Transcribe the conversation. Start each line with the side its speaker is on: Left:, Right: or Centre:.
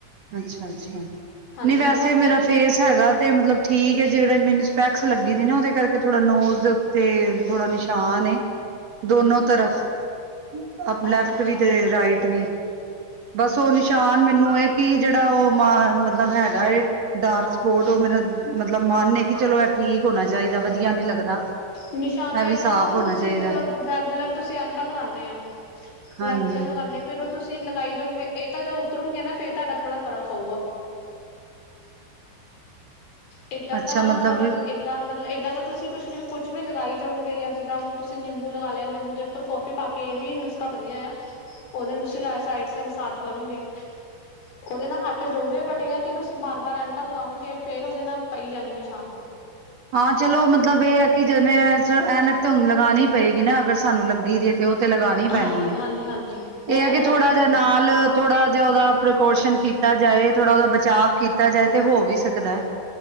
Right: ਅੱਛਾ ਅੱਛਾ ਨਹੀਂ
Left: ਹਾਂਜੀ
Right: ਵੈਸੇ
Left: ਹਫ਼ਤੇ
Right: ਮੇਰਾ ਫੇਸ ਹੈਗਾ ਤੇ ਮਤਲਬ ਠੀਕ ਹੈ ਜਿਹੜਾ ਮੈਨੂੰ ਸਪੈਕਸ ਲੱਗੀ ਸੀ ਨਾ ਉਹਦੇ ਕਰਕੇ ਥੋੜਾ ਨੋਜ਼ ਦੇ ਉੱਤੇ ਥੋੜਾ ਨਿਸ਼ਾਨ ਦੋਨੋ ਤਰਫ ਆਪ
Left: ਅੱਛਾ
Right: ਲੈਫਟ
Left: ਅੱਛਾ
Right: ਵੀ ਤੇ ਰਾਈਟ ਵੀ ਬਸ ਉਹ ਨਿਸ਼ਾਨ ਮੈਨੂੰ ਇਹ ਜਿਹੜਾ ਉਹ ਮ ਮਤਲਬ ਹੈਗਾ ਡਾਰਕ ਸਪੋਟ ਉਹ ਮੇਰਾ ਮਤਲਬ ਮਨ ਹੈ ਕਿ ਚਲੋ ਇਹ ਠੀਕ ਹੋਣਾ ਚਾਹੀਦਾ ਵਧੀਆ ਨੀ ਲੱਗਦਾ।
Left: ਨਿਸ਼ਾਨ ਤਾਂ
Right: ਇਹ ਵੀ
Left: ਏਦਾਂ
Right: ਸਾਫ਼
Left: ਨਾ ਹੁਣ
Right: ਹੋਣਾ
Left: ਤੁਸੀਂ
Right: ਚਾਹੀਦਾ
Left: ਚਲੋ ਰੈਗੂਲਰ ਤੁਸੀਂ ਐਨਕਾ ਲਗਾਉਦੇ ਆ
Right: ਹਾਂਜੀ
Left: ਰੈਗੂਲਰ ਲਗਾਉਨੇ ਫਿਰ ਤੁਸੀਂ ਲਗਾਈ ਜਾਓਗੇ ਇਹ ਤਾਂ ਜਦੋਂ ਉਤਰੋਂਗਈਆਂ ਨਾ ਫਿਰ ਤੁਹਾਡਾ ਥੋੜ੍ਹਾ ਫਰਕ ਪਊਗਾ ਏਦਾਂ
Right: ਅੱਛਾ
Left: ਤਾਂ
Right: ਮਤਲਬ
Left: ਫਰਕ ਏਦਾਂ ਮਤਲਬ ਏਦਾਂ ਦਾ ਤੁ ਤੁਸੀਂ ਕੁਛ ਕੁਛ ਵੀ ਲਗਾਈ ਜਾਉਗੇ ਜਾਂ ਜਿੱਦਾਂ ਹੁਣ ਤੁਸੀਂ ਨਿੰਬੂ ਲਗਾ ਲਿਆ ਨਿੰਬੂ ਦੇ ਉੱਪਰ ਕੌਫੀ ਪਾ ਕੇ ਇਹ ਵੀ ਨੁਸਖਾ ਵਧੀਆ ਆ ਉਹਦੇ ਨਾਲ ਤੁਸੀਂ ਸਾਈਡ ਤੇ ਮਸਾਜ ਕਰੋਗੇ ਉਹਦੇ ਨਾਲ ਹੱਟ ਜਾਉਗੇ ਬਟ ਇਹ ਆ ਕਿ ਤੁਸੀਂ ਬਾਰ ਬਾਰ ਐਨਕਾ ਲਗਾਓਗੇ ਫਿਰ ਉਹਦੇ ਨਾਲ। ਪਈ ਜਾਣੇ ਨਿਸ਼ਾਨ
Right: ਹਾਂ ਚਲੋ ਮਤਲਬ ਇਹ ਹੈ ਕਿ ਜਿਵੇਂ ਐਨਕ ਤਾਂ ਹੁਣ ਲਗਾਉਣੀ ਪਏਗੀ ਨਾ ਅਗਰ ਸਾਨੂੰ ਲੱਗੀ ਦੀ ਤੇ ਉਹ ਤੇ ਲਗਾਣੀ
Left: ਹਾਂਜੀ
Right: ਪੈਣੀ ਹੈ
Left: ਹਾਂਜੀ ਹਾਂਜੀ ਉਹ
Right: ਇਹ ਆ
Left: ਤਾਂ ਲਗਾਉਣੀ
Right: ਕਿ ਥੋੜਾ
Left: ਪੈਣੀ
Right: ਜਿਹਾ ਨਾਲ ਥੋੜਾ ਜਿਹਾ ਉਹਦਾ ਪ੍ਰੀਕੋਸ਼ਨ ਕੀਤਾ ਜਾਏ ਥੋੜ੍ਹਾ ਉਹਦਾ ਬਚਾਵ ਕੀਤਾ ਜਾਏ ਤੇ ਹੋ ਵੀ ਸਕਦਾ।